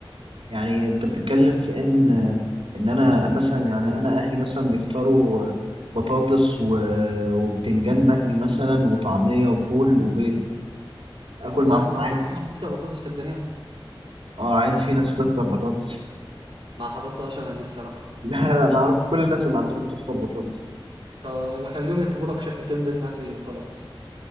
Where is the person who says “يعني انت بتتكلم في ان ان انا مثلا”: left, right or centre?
Right